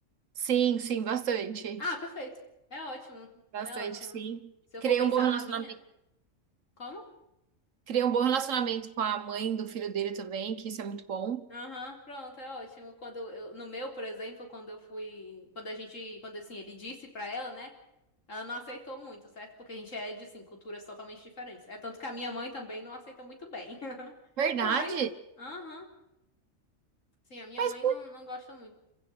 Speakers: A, on the right; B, on the left.
A: Sim, sim, bastante.
B: Ah, perfeito. É ótimo,
A: Bastante,
B: é ótimo.
A: sim.
B: Se eu
A: Criei
B: for pensar
A: um bom relacionamento,
B: na minha, como?
A: criei um bom relacionamento com a mãe do filho dele também, que isso é muito bom.
B: Aham, pronto, é ótimo. Quando eu, no meu, por exemplo, quando eu fui, quando a gente, quando assim, ele disse pra ela, né? Ela não aceitou muito, certo? Porque a gente é de, assim, culturas totalmente diferentes. É tanto que a minha mãe também não aceitou muito bem. <laughs>
A: Verdade?
B: Mas, aham, sim, a minha
A: Mas,
B: mãe
A: por-
B: não, não gosta muito.